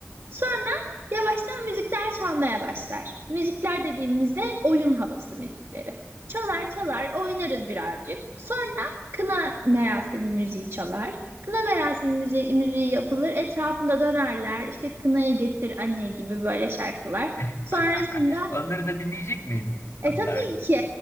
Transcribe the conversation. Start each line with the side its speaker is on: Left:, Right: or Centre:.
Right: Sonra yavaştan müzikler çalmaya başlar. Müzikler dediğimizde oyun havası müzikleri. Çalar çalar oynarız birazcık. Sonra kına merasimi müziği çalar. Kına merasimi müziği, müziği yapılır. Etrafında dönerler. İşte kınayı getir anne gibi böyle şarkılar.
Left: <laughs>
Right: Sonrasında
Left: Onları da dinleyecek miyiz?
Right: e
Left: Allah.
Right: tabii ki